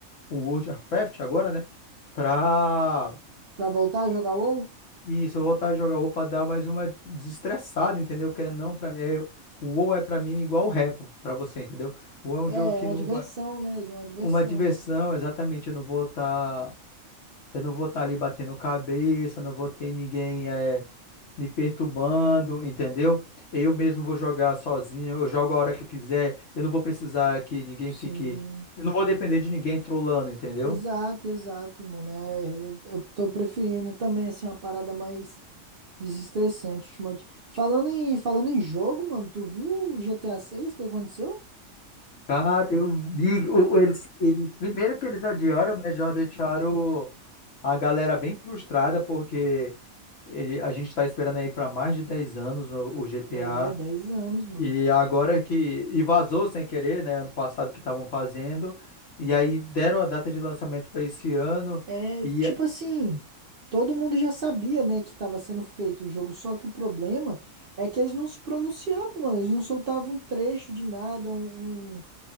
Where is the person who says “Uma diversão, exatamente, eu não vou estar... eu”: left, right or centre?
Left